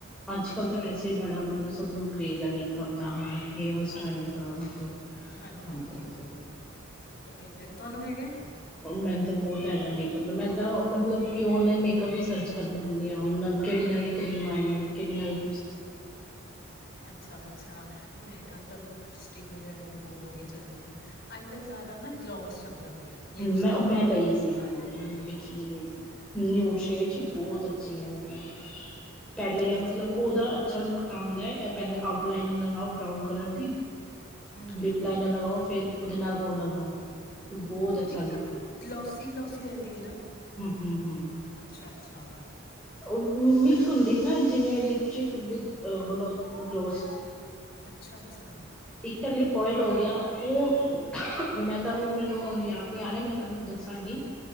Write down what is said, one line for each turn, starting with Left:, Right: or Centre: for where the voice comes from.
Centre: ਅੱਜ ਕੱਲ੍ਹ ਤੇ ਵੈਸੇ ਈ ਬੜਾ ਮਤਲਬ ਸਭ ਨੂੰ ਕਰੇਜ਼ ਏ ਮੇਕਅਪ ਦਾ। ਹੇਅਰ ਸਟਾਈਲ
Left: ਹਾਂਜੀ
Centre: ਜ਼ਾ ਮਤਲਬ,
Left: ਹਾਂਜੀ
Centre: ਹਾਂਜੀ-ਹਾਂਜੀ।
Left: ਹਾਂਜੀ ਉਹ ਤਾਂ ਬਿਲਕੁਲ ਹੈਗਾ, ਤੁਹਾਨੂੰ ਹੈਗਾ?
Centre: ਮੈਨੂੰ ਤਾਂ ਬਹੁਤ ਹੈਗਾ ਮੇਕਅਪ ਦਾ, ਮੈਂ ਤਾਂ ਮਤਲਬ ਕਿ ਔਨਲਾਈਨ ਮੇਕਅਪ ਹੀ ਸਰਚ ਦੀ ਰਦੀ ਹ, ਹੁਣ ਕਿਹੜੀ ਨਵੀਂ ਕਰੀਮ ਆਈ ਹੈ, ਕਿਹੜੀ ਨਵੀਂ
Left: ਅੱਛਾ ਅੱਛਾ, ਨਹੀਂ ਅੱਜ ਕੱਲ੍ਹ ਤਾਂ ਲਿਪਸਟਿਕ ਵਗੈਰਾ ਵੀ ਬਹੁਤ ਵਧੀਆ ਚੱਲਦੀ ਪਏ ਨੇ ਅੱਜ ਕੱਲ੍ਹ ਜ਼ਿਆਦਾ ਨਾ, ਗਲੋਸ ਚੱਲਦਾ ਪਿਆ। ਲਿਪਸ
Centre: ਹਮ ਮੈਂ
Left: ਦੇ ਉੱਤੇ,
Centre: ਮੈਂ ਲਈ ਸੀ, ਹਾਂਜੀ, ਪਿੱਛੇ ਜਿਹੀ ਲਈ ਸੀ। ਨਿਊ ਸ਼ੇਡ ਚ ਬਹੁਤ ਅੱਛੀ ਹੈ ਮਤਲਬ, ਪਹਿਲੇ
Left: ਅੱਛਾ-ਅੱਛਾ,
Centre: ਮਤਲਬ ਉਹਦਾ ਅੱਛਾ ਲੁੱਕ ਤਾਂ ਆਂਦਾ ਹੈ, ਇਹ ਪਹਿਲੇ ਆਊਟ ਲਾਈਨਿੰਗ ਲਗਾਓ ਬਰਾਊਨ ਕਲਰ ਦੀ
Left: ਹੂੰ,
Centre: ਲਿਪ ਲਾਈਨ ਲਗਾਓ, ਫੇਰ ਉਹਦੇ ਨਾਲ ਉਹ ਲਗਾਓ, ਬਹੁਤ ਅੱਛਾ ਲੁਕ
Left: ਗਲੋਸੀ ਗਲੋਸੀ, ਰਹਿੰਦੀ ਹੈ ਨਾ।
Centre: ਹਮ ਹਮ ਹਮ,
Left: ਅੱਛਾ-ਅੱਛਾ,
Centre: ਉਹ ਮਿਕਸ
Left: ਮੈਨੂੰ
Centre: ਹੁੰਦੀ ਨਾ ਜਿਵੇਂ ਲਿਪਸਟਿਕ ਵਿਦ, ਗ ਗਲੋਜ਼
Left: ਅੱਛਾ, ਅੱਛਾ।
Centre: ਇਕੱਲੀ ਪੋਇਲ ਹੋ ਗਿਆ, ਉਹ ਮੈਂ ਤੁਹਾਨੂੰ ਮੈਨੂੰ ਹ ਯਾਦ ਨੀ ਆ ਰਿਹਾ, ਮੈਂ ਤੁਹਾਨੂੰ ਦੱਸਾਂਗੀ